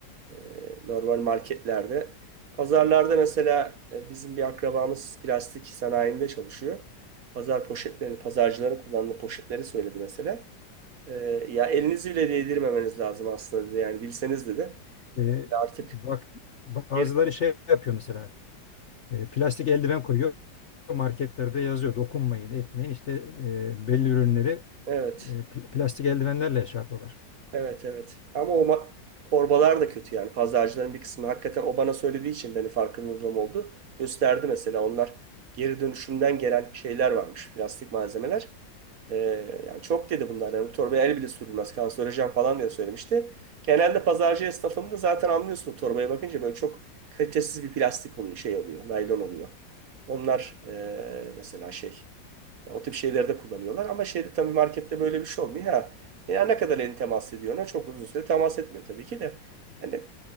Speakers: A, on the right (about 60°); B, on the left (about 45°).
A: e, normal marketlerde. Pazarlarda mesela e, bizim bir akrabamız plastik sanayinde çalışıyor. Pazar poşetlerini, pazarcıların kullandığı poşetleri söyledi mesela. E, ya elinizi bile değdirmemeniz lazım aslında dedi. Yani bilseniz dedi.
B: Ee,
A: Artık
B: bak bazıları
A: geri,
B: şey yapıyor mesela e, plastik eldiven koyuyor marketlerde yazıyor dokunmayın etmeyin işte e, belli ürünleri
A: evet.
B: e, pl- plastik eldivenlerle şey yapıyorlar.
A: Evet evet. Ama o ma- torbalar da kötü yani. Pazarcıların bir kısmı hakikaten o bana söylediği için benim farkındalığım oldu. Gösterdi mesela onlar geri dönüşümden gelen şeyler varmış. Plastik malzemeler. Ee, yani çok dedi bunlar. Yani bu torbaya el bile sürülmez. Kanserojen falan diye söylemişti. Genelde pazarcı esnafında zaten anlıyorsun o torbaya bakınca böyle çok kalitesiz bir plastik oluyor. Şey oluyor. Naylon oluyor. Onlar ee, mesela şey. O tip şeylerde kullanıyorlar. Ama şeyde tabii markette böyle bir şey olmuyor. Ha, ya ne kadar elini temas ediyor ona? Çok uzun süre temas etmiyor tabii ki de. Hani